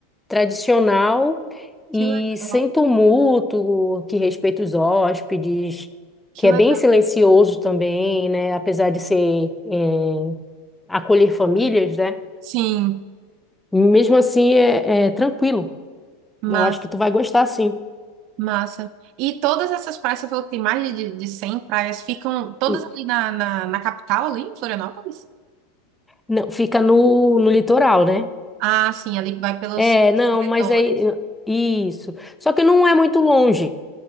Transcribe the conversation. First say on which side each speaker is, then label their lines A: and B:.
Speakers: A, in the centre; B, on the right.
A: tradicional e
B: Que legal.
A: sem tumulto, que respeita os hóspedes,
B: Que
A: que
B: legal.
A: é bem silencioso também, né? Apesar de ser eh, acolher famílias, né?
B: Sim.
A: Mesmo assim é, é tranquilo.
B: mas
A: Eu acho que tu vai gostar, sim.
B: Massa. E todas essas praias, você falou que tem mais de, de de 100 praias, ficam todas
A: Hum,
B: ali na, na, na capital, ali em Florianópolis?
A: Não, fica no, no litoral, né?
B: Ah, sim, ali vai pelos
A: É, não,
B: arredores.
A: mas aí isso. Só que não é muito longe,